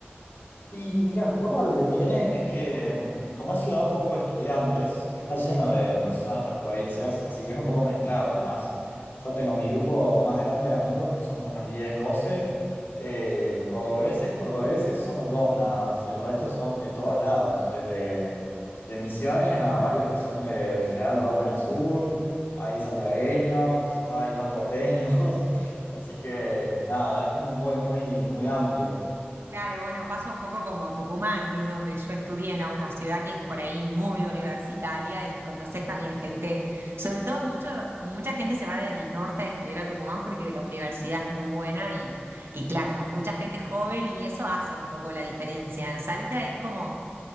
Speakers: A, on the left (about 70°); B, on the right (about 75°).
A: Y mira, Córdoba lo que tiene es que, mm, como es ciudad un poco de estudiantes, está lleno de, de personas de otras provincias, así que es un poco mezclado. Es más, yo tengo mi grupo más grande de amigos, que somos unos 10 12 eh, cordobeses, cordobeses, somos dos nada más, y el resto son de todos lados, desde de Misiones a varios que son de, de General Roca en el sur, hay santiagueños, hay dos porteños, <laughs> así que nada, es como muy, muy, muy amplio.
B: Claro, bueno, pasa un poco como Tucumán, que es donde yo estudié, ¿no? Una ciudad que es por ahí muy universitaria y conoces también gente, sobre todo mucho, mucha gente se va del norte a estudiar a Tucumán porque la universidad es muy buena y, y claro, mucha gente joven y eso hace un poco la diferencia. En Salta es como,